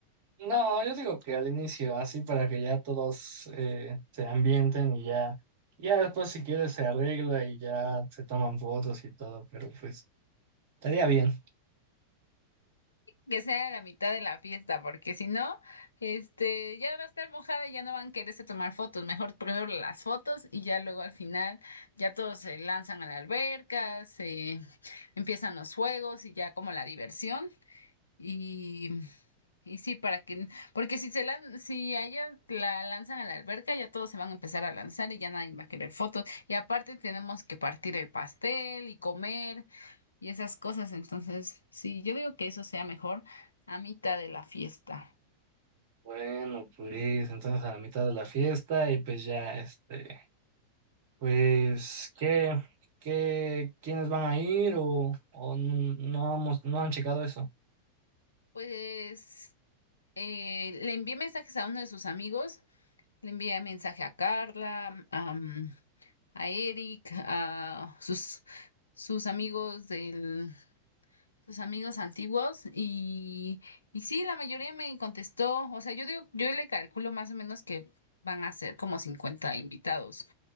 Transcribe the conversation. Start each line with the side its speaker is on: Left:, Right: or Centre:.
Right: No, yo digo que al inicio, así para que ya todos eh, se ambienten y ya, ya después si quieres se arregla y ya se toman fotos y todo, pero pues estaría bien.
Left: Que sea a la mitad de la fiesta, porque si no, este, ya va a estar mojada y ya no van a quererse tomar fotos. Mejor primero las fotos y ya luego al final ya todos se lanzan a la alberca, se empiezan los juegos y ya como la diversión. Y, y sí, para que, porque si se lan, si a ella la lanzan a la alberca, ya todos se van a empezar a lanzar y ya nadie va a querer fotos. Y aparte tenemos que partir el pastel y comer y esas cosas. Entonces, sí, yo digo que eso sea mejor a mitad de la fiesta.
Right: Bueno, pues entonces a la mitad de la fiesta y pues ya este Pues, ¿qué, qué, quiénes van a ir o, o n- no hemos- no han checado eso?
Left: Pues eh, le envié mensajes a uno de sus amigos, le envié mensaje a Carla, am, a Eric, a sus, sus amigos del sus amigos antiguos y, y sí, la mayoría me contestó, o sea, yo digo, yo le calculo más o menos que van a ser como 50 invitados